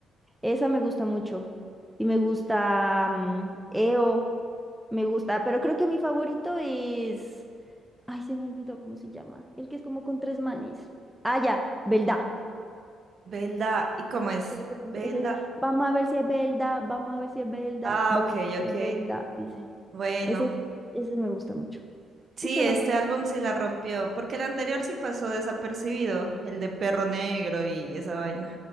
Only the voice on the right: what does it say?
Belda, ¿y cómo es?
Belda.
Ah,
ok,
ok.
Bueno,
sí, este
álbum sí la rompió, porque el anterior sí pasó desapercibido, el de Perro Negro y esa vaina.